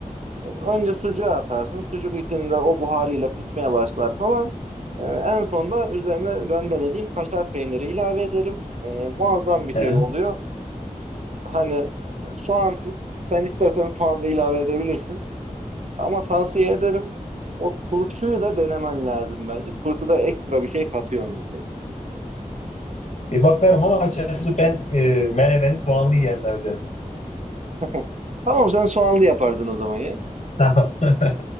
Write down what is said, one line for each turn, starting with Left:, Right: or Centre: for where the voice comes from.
Right: e, önce sucuğu atarsın. Sucuk içinde o buharıyla pişmeye başlar falan. E, en sonda üzerine rendelediğim kaşar peyniri ilave ederim. E, muazzam bir
Left: hı.
Right: şey
Left: hı.
Right: oluyor. Hani e, soğansız. Sen istersen soğan da ilave edebilirsin. Ama tavsiye ederim o turşuyu da denemen lazım bence. Turşuda ekstra bir şey katıyorsun mesela.
Left: Bir bakarım ama açıkçası ben e, menemeni soğanlı yiyenlerdenim.
Right: <laughs> Tamam sen soğanlı yapardın o zaman ya.
Left: <laughs> Tamam.